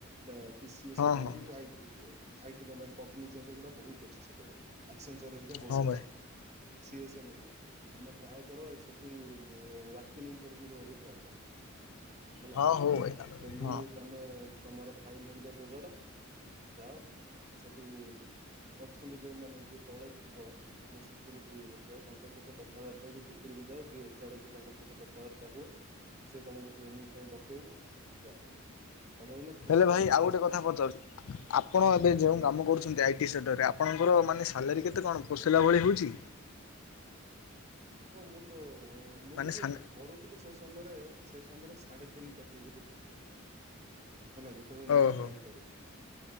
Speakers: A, on the right; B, on the left.
A: <unintelligible> ବହୁତ୍
B: ହଁ ହଁ
A: ଆଇ ଟି କମ୍ପାନୀ, <unintelligible> ବହୁତ ଅଛି ସେପଟେ। ଆକ୍ଜିଂସର୍ ହେରିକା ବହୁତ୍
B: ହଁ ଭାଇ
A: ଅଛି। <unintelligible> ତମେ ଟ୍ରାଏ କର ସେଠି, ବୁ ୱାକିଂ ଇଣ୍ଟରଭ୍ୟୁ ଦବାକୁ ଟ୍ରାଏ କର। ହେଲା।
B: ହଁ ହଉ ଭାଇ
A: ଡେଲି
B: ହଁ
A: ତମେ ତମର ଫାଇଲ ହେରିକା ଯୋଗାଡ ଯାଅ, ସେଠି ଅଛନ୍ତି ଯୋଉମାନେ ଯିଏ ତଳେ ଥିବ ଯୋଉ ସିକ୍ୟୁରିଟି ହେରିକା ତାଙ୍କ ସହିତ କଥାବାର୍ତ୍ତା ହେଇକି ଭିତରକୁ ଯାଅ, ଯିଏ ଏଚ ଆର ଅଛି ତାଙ୍କ ସହିତ କଥାବାର୍ତ୍ତା ହୁଅ ସିଏ ତୁମକୁ ଟ୍ରେନିଂ ପାଇଁ ଡକେଇବେ, ଯାଅ। ତମେ ଏଇନା ଫ୍ରେଶର
B: ହେଲେ ଭାଇ
A: ଅଛ
B: ଆଉ ଗୋଟେ
A: ଜବ୍
B: କଥା ପଚାରୁଛି
A: ହଠାତ୍
B: ଆପଣ ଏବେ ଯେଉଁ
A: ହୁଁ
B: କାମ କରୁଛନ୍ତି ଆଇ ଟି ସେଣ୍ଟରରେ, ଆପଣଙ୍କର ମାନେ ସାଲାରୀ କେତେ କଣ ପୋଷେଇଲା ଭଳି ହେଉଛି?
A: ହଁ ମୁଁ ତ, ମୁଁ
B: ମାନେ
A: ଯେବେ
B: ସା
A: କରୁ ଥିଲି, ସେ ସମୟରେ, ସେ ସମୟରେ ସାଢେ ତିନି ପ୍ୟାକେଜରେ ଥିଲି। ହେଲା ଯେତେବେଳେ ନୂଆ
B: ଓହୋ
A: ଜଏନ୍ କରିଥିଲି,